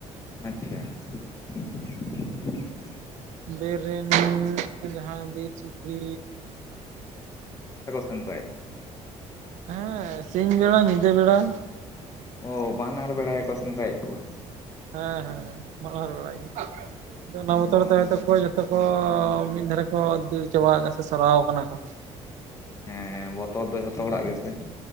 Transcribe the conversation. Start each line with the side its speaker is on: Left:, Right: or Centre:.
Left: ᱟᱪᱪᱷᱟ ᱾ <inaudible>
Right: ᱵᱤᱨ ᱨᱮᱱ ᱡᱟᱦᱟᱸ ᱵᱤᱨ ᱥᱩᱠᱨᱤ
Left: ᱥᱮᱸᱫᱨᱟᱡ
Right: ᱦᱮᱸ, ᱥᱤᱧ ᱵᱮᱲᱟ ᱧᱤᱫᱟᱹ ᱵᱮᱲᱟ ᱾
Left: ᱚ ᱵᱟᱱᱟᱨ ᱵᱮᱲᱟ ᱜᱮᱠᱚ ᱥᱮᱸᱫᱽᱨᱟᱭᱮᱜ ᱠᱚᱣᱟ ᱾
Right: ᱦᱮᱸ, ᱦᱮᱸ, ᱢᱟᱦᱱᱟᱨ ᱵᱮᱲᱟ ᱜᱮ ᱛᱚ ᱚᱱᱟ ᱵᱚᱛᱚᱨ
Left: ᱚ
Right: ᱛᱮ ᱦᱳᱭ ᱠᱚ ᱡᱚ ᱛᱚ ᱠᱚ ᱢᱤᱫ ᱫᱷᱟᱨᱮ ᱠᱚ ᱫᱟᱹᱲ ᱪᱟᱵᱟ ᱠᱟᱜᱼᱟ ᱥᱮ ᱥᱚᱨᱟᱣ ᱠᱟᱱᱟ ᱠᱚ ᱾
Left: ᱦᱮᱸ, ᱵᱚᱛᱚᱨ ᱫᱚ ᱡᱷᱚᱛᱚ ᱦᱚᱲᱟᱜ ᱜᱮᱥᱮ ᱾